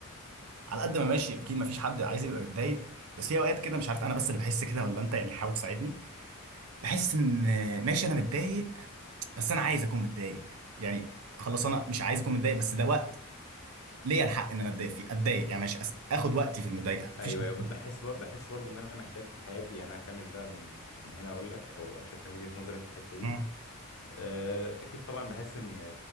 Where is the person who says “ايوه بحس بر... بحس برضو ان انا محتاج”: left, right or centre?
Left